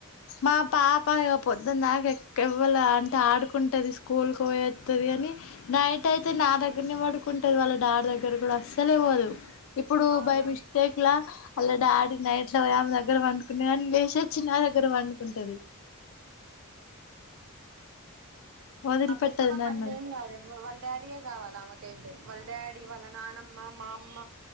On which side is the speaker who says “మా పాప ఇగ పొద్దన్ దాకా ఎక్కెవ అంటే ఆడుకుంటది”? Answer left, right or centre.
Left